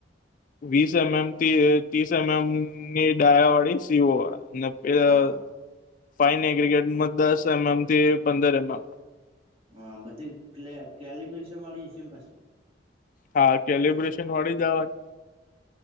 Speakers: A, on the left; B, on the right.
A: વીસ એમ એમ થી ત્રીસ એમ એમ ની ડાયા વાળી સીઈઓ ને એ ય
B: હા
A: ફાઈન એગ્રીકેટમાં દસ એમ એમ થી પંદર એમ એમ
B: હા બધી ક્લે કેલીબેસનવાળી છે એન પાસે
A: હા, કેલબ્રેશનવાળી જ આવેન